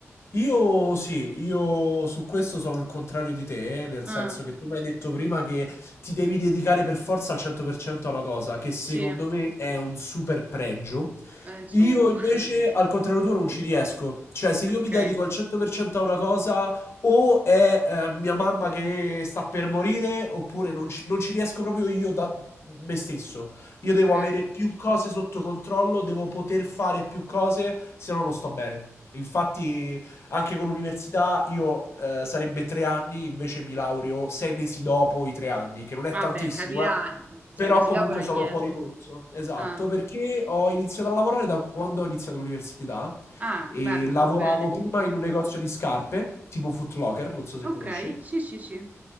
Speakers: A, on the left; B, on the right.
A: Io sì, io su questo sono il contrario di te, eh, nel
B: Ah,
A: senso che tu mi hai detto prima che ti devi dedicare per forza al 100% a una cosa, che secondo
B: sì, eh,
A: me è un super pregio.
B: insomma.
A: Io invece,
B: <laughs>
A: al contrario tuo, non ci riesco. Cioè, se
B: Ok,
A: io mi dedico al 100% a una cosa, o è eh, mia mamma che sta per morire, oppure non ci, non ci riesco proprio io da me stesso. Io
B: ok.
A: devo avere più cose sotto controllo, devo poter fare più cose, se no non sto bene. Infatti... Anche con l'università io eh, sarebbe tre anni, invece mi laureo sei mesi dopo i tre anni, che non è
B: Vabbè,
A: tantissimo,
B: capirà,
A: eh.
B: sei
A: Però
B: mesi
A: comunque
B: dopo non
A: sono
B: è niente.
A: fuori corso. Esatto,
B: Ah.
A: perché ho iniziato a lavorare da quando ho iniziato l'università
B: Ah,
A: e
B: beh, hai fatto
A: lavoravo
B: bene.
A: prima in un negozio di scarpe, tipo Foot Locker, non so se
B: Ok,
A: conosci.
B: sì, sì, sì.